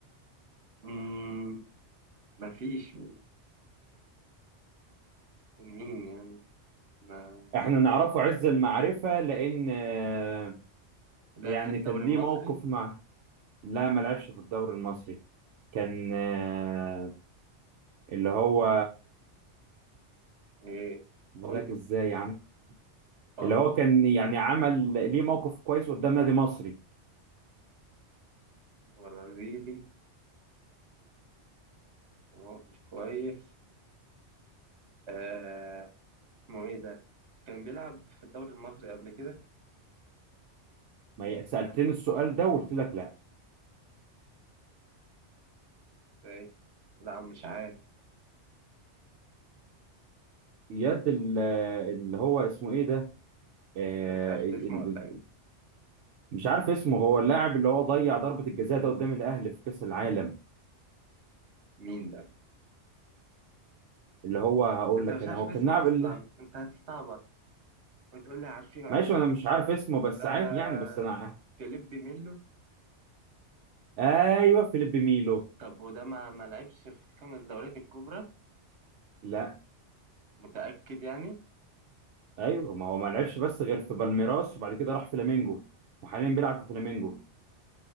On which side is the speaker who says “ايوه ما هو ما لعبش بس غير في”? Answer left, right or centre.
Right